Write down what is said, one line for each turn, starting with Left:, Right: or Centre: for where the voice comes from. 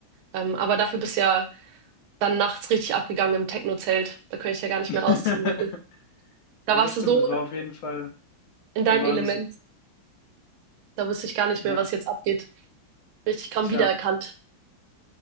Right: Ähm, aber dafür bist du ja dann nachts richtig abgegangen im Techno-Zelt. Da könnte ich ja gar nicht
Left: <laughs>
Right: mehr rausziehen, wirklich. Da
Left: Ja,
Right: warst
Left: das stimmt,
Right: du so
Left: das war auf jeden Fall
Right: in deinem
Left: der Wahnsinn.
Right: Element. Da wusste ich gar nicht
Left: Ja,
Right: mehr, was jetzt abgeht. Richtig kaum
Left: tja,
Right: wiedererkannt.